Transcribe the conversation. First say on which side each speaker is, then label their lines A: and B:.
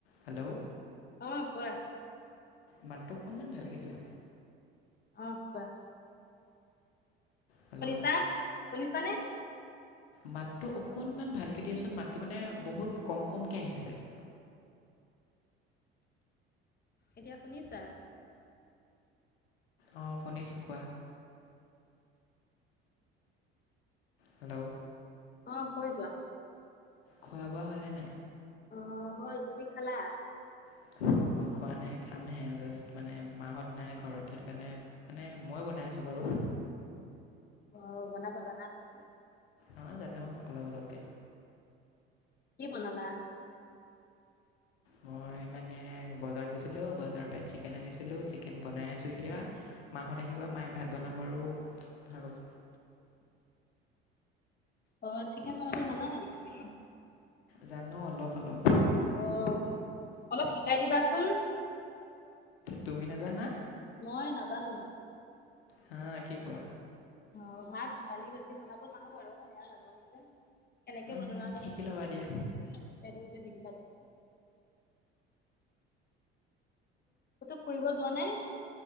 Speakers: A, on the left (about 80°); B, on the left (about 35°).
A: Hello
B: অ, কোৱা।
A: মাতটো অকণমান ভালকে দিয়া।
B: অ', কোৱা।
A: হেল্ল'
B: শুনিছা, শুনিছা নে?
A: মাতটো অকনমান ভালকে দিয়াচোন, মাতটো মানে বহুত কম কমকে আহিছে। <inaudible>
B: এতিয়া শুনিছা?
A: অ, শুনিছো, কোৱা। হেল্ল'
B: অ', কৈ যোৱা।
A: খোৱা বোৱা হ'ল নে নাই?
B: অ' হ'ল, তুমি খালা?
A: <inaudible> মই খোৱা নাই খামহে জাষ্ট মানে মাহত নাই ঘৰত সেইটো কাৰণে মানে মই বনাই আছো বাৰু। <inaudible>
B: অ, বনাব জানা তুমি?
A: অ', জানো, অলপ অলপকে।
B: কি বনালা?
A: মই মই মানে বজাৰত গৈছিলো, বজাৰৰপৰা চিকেন আনিছিলোঁ, চিকেন বনাই আছোঁ এতিয়া। ‌মা হঁত আহিব ব, মায়ে ভাত বনাব আৰু হৈ গ'ল।
B: অ, চিকেন বনাব জানা নেকি তুমি?
A: জানো, অলপ অলপ
B: অ অলপ শিকাই দিবাচোন
A: তুমি নাজানা?
B: মই নাজানো মানে।
A: হাঁ, কি কোৱা?
B: অ', ভাত, দালি, ভাজি বনাব জানোঁ বাৰু সেয়া নাজানো যে। কেনেকে
A: উম
B: বনোৱা অলপ
A: ঠিকে ল'বা দিয়া।
B: <unintelligible> ক'তো ফুৰিব যোৱা নাই?